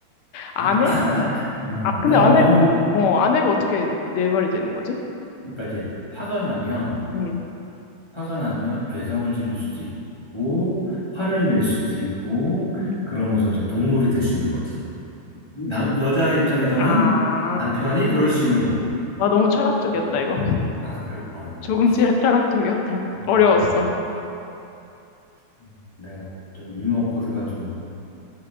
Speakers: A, on the left; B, on the left.
A: 아내?
B: 아, <laughs> <clears throat> 어,
A: 아, 근데
B: 내가
A: 아내,
B: 너무,
A: 어, 아내가 어떻게 내 말이 되는 거지?
B: 그러니까 이제 화가 나면,
A: 응,
B: 화가 나면 괴성을 지를 수도 있고, 화를 낼 수도 있고,
A: 응.
B: 그러면서 이제 동물이 될 수 있는 거지. 남, 여자 입장에서는
A: 아,
B: 남편이 그럴 수 있는 거고.
A: 와, 너무 철학적이었다,
B: 그러니까,
A: 이거.
B: 아, 그렇구나.
A: 조금 치- 철학적이었다.
B: 어, 어,
A: 어려웠어.
B: 어. 내가 좀 유머 코드가 좀